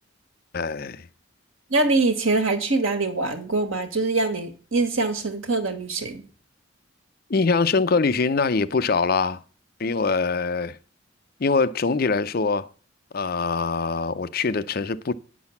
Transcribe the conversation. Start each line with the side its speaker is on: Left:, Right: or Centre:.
Left: 哎。
Right: 那你以前还去哪里玩过吗？就是让你印象深刻的旅行。
Left: 印象深刻旅行那也不少啦，因为因为总体来说，呃，我去的城市不，